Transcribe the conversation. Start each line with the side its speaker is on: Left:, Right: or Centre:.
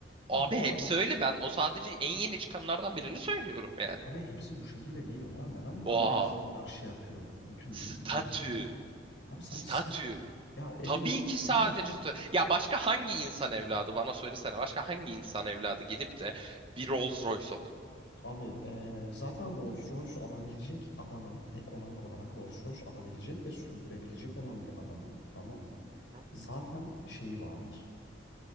Right: abi
Left: Abi bu
Right: hepsi
Left: arabanın
Right: öyle. Ben o sadece en yeni çıkanlardan birini söylüyorum yani.
Left: abi hepsi bu şekilde değil o zaman neden bu kadar
Right: Oha.
Left: insanlar şey yapıyor? Bütün
Right: Statü.
Left: bu, bu insanlar alıyor. Abi sadece
Right: Statü.
Left: statü. Ya emin
Right: Tabii
Left: ol
Right: ki sadece
Left: abi
Right: stü- ya başka hangi insan evladı bana söylesene başka hangi insan evladı gidip de bir Rolls Royce alır?
Left: Abi eee, zaten Rolls Royce alabilecek adamın Ekonomik olarak Rolls Royce alabilecek ve sürdürebilecek olan bir adamın Tamam mı?
Right: Hı?
Left: Zaten şeyi vardır.